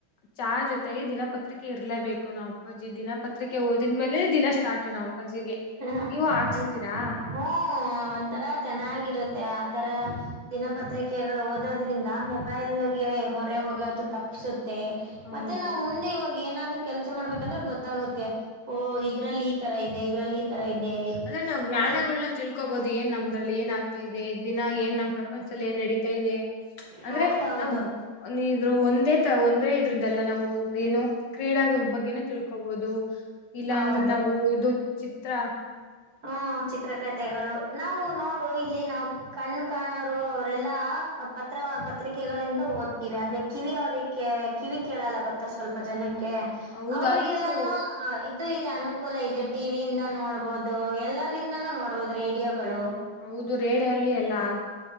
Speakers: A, on the left (about 65°); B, on the right (about 50°).
A: ಚಾ ಜೊತೆಗೆ ದಿನಪತ್ರಿಕೆ ಇರ್ಲೇಬೇಕು ನಾವು ಅಪ್ಪಾಜಿ ದಿನ ಪತ್ರಿಕೆ ಓದಿದ್ಮೇಲೆ ದಿನ ಸ್ಟಾರ್ಟ್ ನಮ್ಮ್ ಅಪ್ಪಾಜಿಗೆ
B: ಹ
A: ನೀವು ಹಾಕ್ಸ್ತೀರಾ.
B: ಅಂತ ಹ್ಮ ಒಂಥರ ಚೆನ್ನಾಗಿರುತ್ತೆ ಆ ತರ ದಿನಪತ್ರಿಕೆಗಳು ಓದೋದ್ರಿಂದ ಮೊಬೈಲ್ಗೆ ಮೊರೆ ಹೋಗೋದು ತಪ್ಪಸುತ್ತೆ.
A: ಹೌದು
B: ಮತ್ತೆ ನಾವ್ ಮುಂದೆ ಇವಾಗ ಏನಾದ್ರು ಕೆಲ್ಸ ಮಾಡ್ಬೇಕಂದ್ರೆ ಗೊತ್ತಾಗುತ್ತೆ. ಓ ಇದ್ರಲ್ಲಿ ಈ ತರ ಇದೆ ಇದ್ರಲ್ಲಿ ಈ ತರ
A: ಹ್ಮ್
B: ಇದೆ.
A: ಅಂದ್ರೆ ನಾವು ಜ್ಞಾನಗಳನ್ನ
B: ಮತ್ತೆ
A: ತಿಳ್ಕೋಬಹುದು ಏನ್ ನಮ್ದ್ರಲ್ಲಿ ಏನ್ ಆಗ್ತಾ ಇದೆ ದಿನ ಏನ್ ನ್ ಪ್ರ ಪಂಚದಲ್ಲಿ ಏನ್ ನಡೀತಾ ಇದೆ ಅಂದ್ರೆ
B: ಹೌದೌದು
A: ನಾವ್ ನೀ ಇದ್ರು ಒಂದೇ ತ ಒಂದೇ ಇದ್ರದ್ದಲ್ಲ ನಾವು ಏನು. ಕ್ರೀಡಾಗ ಬಗ್ಗೆನ ತಿಳ್ಕೋಬಹುದು ಇಲ್ಲಾ
B: ಹೌದು
A: ಅಂದ್ರೆ ನಾವು ಇದು ಚಿತ್ರ
B: ಹ್ಮ ಚಿತ್ರಕಥೆಗಳು ನಾವು ನೋಡು ಇಲ್ಲಿ ನಾವ್ ಕಣ ಕಾಣೋರು ಅವರೆಲ್ಲಾ. ಪತ್ರ ಪತ್ರಿಕೆಗಳಿಂದ ಓದ್ತೀವಿ ಅಂದ್ರೆ ಕಿವಿ ಅವ್ರ ಕಿವಿ ಕೇಳಲಾಗುತ್ತ ತ್ತ ಸ್ವಲ್ಪ ಜನಕ್ಕೆ
A: ಹೌದು
B: ಅವ್ರಿಗೆಲ್ಲಾನು.
A: ಅದ್ರದ್ದು
B: ಹ ಇದು ಇದೆ ಅನುಕೂಲ ಇದೆ ಟಿವಿಯಿಂದ ನೋಡ್ಬಹದು ಎಲ್ಲರಿಂದಾನೂ ನೋಡ್ ರೇಡಿಯೋಗಳು
A: ಹೌದು ರೇಡ ಅಲ್ಲಿ ಎಲ್ಲಾ ಆಗ್